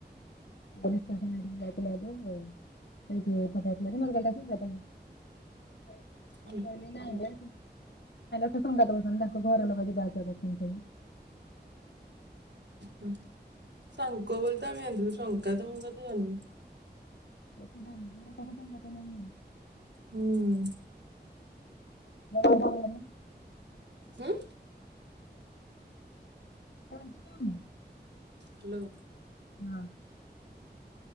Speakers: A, on the left; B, on the right.
A: <unintelligible> ଯାଇଥିଲା ଯେ <unintelligible> <inaudible>
B: ହୁଁ
A: ହଁ ପା <unintelligible> ନାଇଁଲୋ
B: ହୁଁ
A: ସେ ସଙ୍ଗାତ ବସିଚନ୍ତି ତାଙ୍କ ଘର ଲୋକ ଯିବା ଆସିବା କରୁଚନ୍ତି ସବୁ।
B: ହୁଁ ସାଙ୍ଗ ବୋଲି ତ ଆମେ ଜାଣିଥିଲୁ। ସଙ୍ଗାତ ଫଙ୍ଗାତ ଜାଣିନୁ।
A: <unintelligible>
B: ହୁଁ।
A: <inaudible>
B: ହୁଁ।
A: <unintelligible>
B: ହାଲୋ।
A: ହଁ।